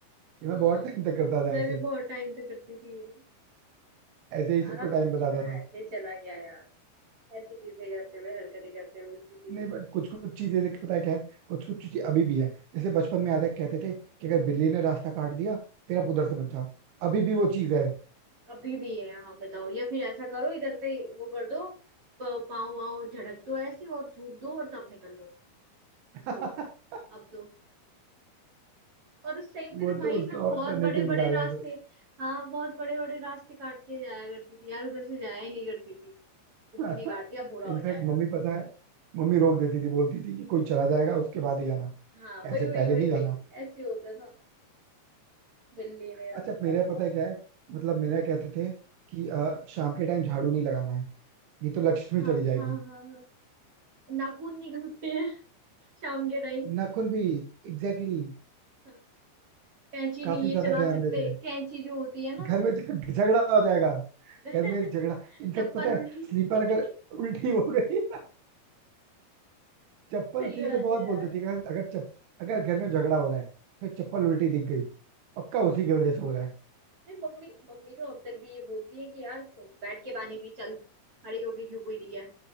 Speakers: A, on the right; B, on the right.
A: ये मैं
B: हाँ
A: बहुत टाइम तक करता था
B: मैं
A: ऐसे
B: भी बहुत टाइम तक करती थी ये।
A: ऐसे ही
B: सारा
A: सबको टाइम
B: बचपना
A: बताता था
B: ऐसे ही चला गया यार ऐसी चीजें करते हुए हरकतें करते हुए उठती थी
A: नहीं बट कुछ कुछ चीजें देखिए पता है क्या है कुछ कुछ चीजें अभी भी है जैसे बचपन में याद है कहते थे कि अगर बिल्ली ने रास्ता काट दिया फिर आप उधर से बच जाओ अभी भी वो चीज है
B: अभी भी है हाँ बताओ या फिर ऐसा करो इधर से वो कर दो प- पाँव वाव झड़क दो ऐसे और थूक दो और तब निकल दो
A: <laughs>
B: ऐसे होता है अब तो और उस टाइम भी
A: वो
B: तो भाई
A: तो उसका
B: मैं बहुत
A: ऑल्टरनेटिव
B: बड़े बड़े
A: निकाला
B: रास्ते
A: है बस
B: हाँ बहुत बड़े बड़े रास्ते काट के जाया करती थी यार उधर से जाया ही नहीं करती थी बिल्ली
A: <laughs>
B: ने काट दिया बुरा
A: इनफैक्ट
B: हो जाएगा
A: मम्मी पता है मम्मी रोक देती थी बोलती थी कि कोई चला जाएगा उसके बाद ही जाना
B: हाँ वही
A: ऐसे
B: वही
A: पहले
B: वही
A: नहीं
B: वही
A: जाना
B: ऐसे होता था बिल्ली ने रास्ता
A: अच्छा मेरे यहाँ
B: बताओ
A: पता है क्या है मतलब मेरे यहाँ कहते थे कि अ, शाम के टाइम झाड़ू नहीं लगाना है नहीं तो लक्ष्मी
B: हाँ
A: चली जाएगी
B: हाँ हाँ हाँ नाखून नहीं काटते हैं <laughs> शाम के टाइम
A: नाखून भी एग्जैक्टली exactly,
B: हाँ, कैंची
A: काफी
B: नहीं ये
A: ज्यादा
B: चला
A: ध्यान
B: सकते
A: देते हैं
B: कैंची जो होती है ना
A: घर में झग- झगड़ा हो जाएगा
B: <laughs>
A: घर में झगड़ा इनफेक्ट
B: चप्पल
A: पता है
B: उल्टी
A: स्लीपर
B: <laughs>
A: अगर उल्टी हो गई <laughs> चप्पल
B: सही
A: के लिए
B: बात
A: तो बहुत
B: है यार
A: बोलते थे कि अगर अगर चप अगर घर में झगड़ा हो रहा है फिर चप्पल उल्टी दिख गई पक्का उसी की वजह से हो रहा है
B: अरे मम्मी मम्मी तो अब तक भी ये बोलती है कि यार बैठ के पानी पी चल खड़ी होगी क्यों पी रही है